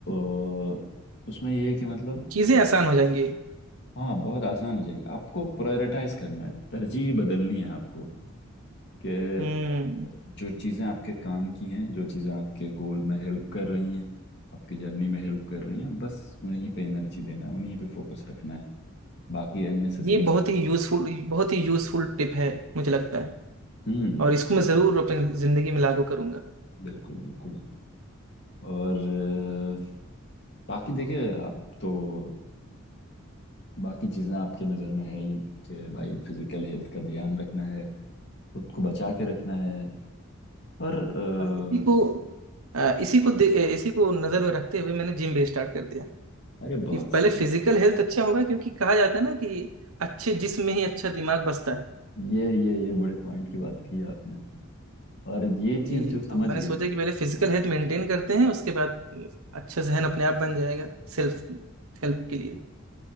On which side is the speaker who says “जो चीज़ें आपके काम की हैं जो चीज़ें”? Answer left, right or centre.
Left